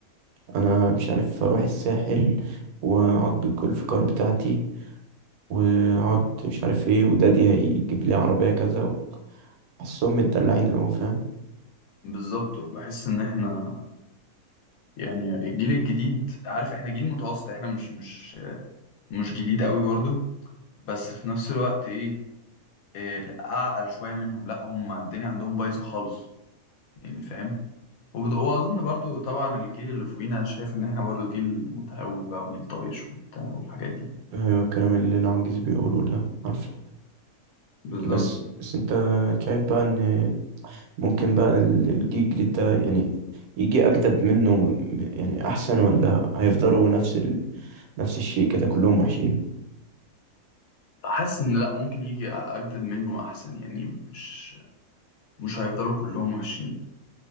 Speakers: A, on the right; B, on the left.
A: انا مش عارف اروح الساحل واقعد بالجولف كار بتاعتي واقعد مش عارف ايه ودادي هيجيب لي عربية كذا بحسهم متدلعين اوي فاهم
B: بالظبط وبحس ان احنا يعني الجيل الجديد عارف احنا جيل متوسط احنا مش مش مش جديد قوي برضو بس في نفس الوقت ايه, إيه لأ، اعقل شويه منهم لا هم الدنيا عندهم بايظه خالص يعني فاهم وبد- واظن برضو طبعا الجيل اللي فوقينا شايف ان احنا برضو جيل متهور بقى وجيل طايش وبتاع والحاجات دي
A: هو الكلام اللي العواجيز بيقولوه ده عارفه
B: بالظبط
A: بس بس انت شايف بقى ان ممكن بقى ال- الجيل الجديد ده يعني يجي اجدد منه يعني احسن ولا هيفضلوا نفس ال... نفس الشيء كده كلهم وحشين
B: حاسس ان لا ممكن يجي اجدد منه احسن يعني مش مش هيفضلوا كلهم وحشين